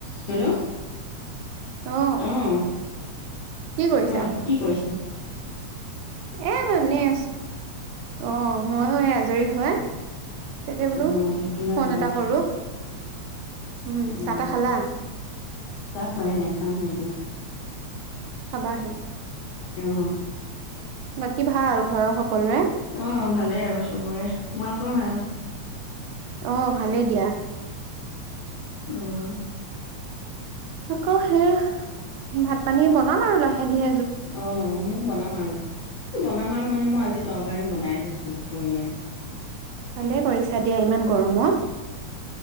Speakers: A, on the left (about 75°); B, on the right (about 85°).
A: Hello
B: অ
A: আহ
B: কি কৰিছা
A: কোৱা কি কৰিছে
B: এ জী আছো অ মই এই আজৰি হয় তাকে বোলো
A: অঁ ধূপ ধূনা
B: ফোন
A: জ্বলাই
B: এটা
A: উঠিছো।
B: কৰো উম
A: অঁ
B: চাহ তাহ খালা
A: চাহ খোৱাই নাই খামহে দিয়া <unintelligible>
B: হাবাহ হে <unintelligible>
A: অ
B: বাকী ভাল ঘৰৰ সকলোৰে
A: অ ভালেই আৰু চবৰে তোমালোকৰ ভাল
B: আহ ভালেই দিয়া
A: আহ
B: আকৌ সেই ভাত পানী বনাম আৰু লাহে ধী
A: অ মই বনাম আৰু বনাম আৰু মে মই আজি তৰকাৰী বনাই থৈছো দুপৰীয়াাৰ
B: ভালেই কৰিছা দিয়া ইমান গৰমত